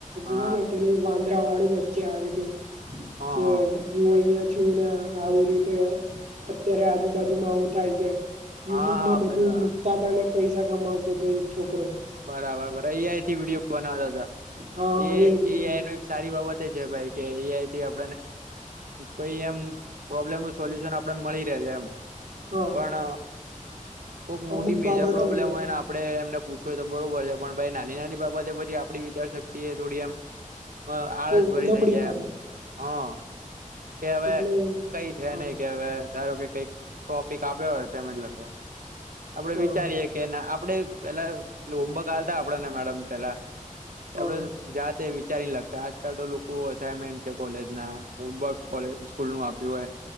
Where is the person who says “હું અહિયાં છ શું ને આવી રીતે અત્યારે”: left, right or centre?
Right